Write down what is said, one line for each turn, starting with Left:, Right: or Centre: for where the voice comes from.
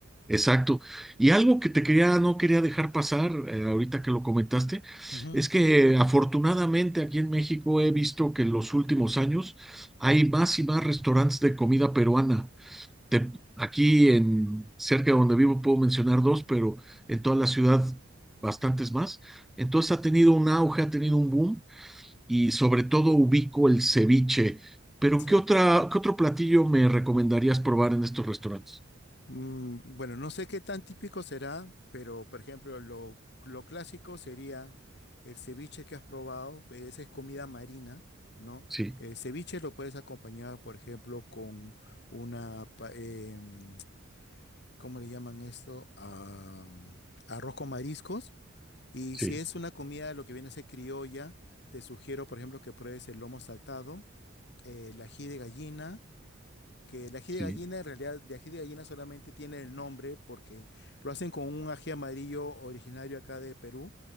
Centre: Exacto. Y algo que te quería, no quería dejar pasar, eh, ahorita que lo comentaste,
Left: Ujú,
Centre: es que eh, afortunadamente aquí en México he visto que en los últimos años hay más y más restaurantes de comida peruana. Te- aquí en cerca de donde vivo puedo mencionar dos, pero en toda la ciudad bastantes más. Entonces ha tenido un auge, ha tenido un boom y sobre todo ubico el ceviche. Pero
Left: Sí.
Centre: ¿qué otra, qué otro platillo me recomendarías probar en estos restaurantes?
Left: Mm, bueno, no sé qué tan típico será, pero por ejemplo, lo, lo clásico sería el ceviche que has probado, pues, esa es comida marina, ¿no?
Centre: Sí,
Left: El ceviche lo puedes acompañar, por ejemplo, con una, pa- eh, mm, ¿cómo le llaman esto? Ah, arroz con mariscos. Y
Centre: sí.
Left: si es una comida, lo que viene a ser criolla, te sugiero, por ejemplo, que pruebes el lomo saltado, el ají de gallina que el ají
Centre: Sí.
Left: de gallina, en realidad, de ají de gallina solamente tiene el nombre porque lo hacen con un ají amarillo originario acá de Perú,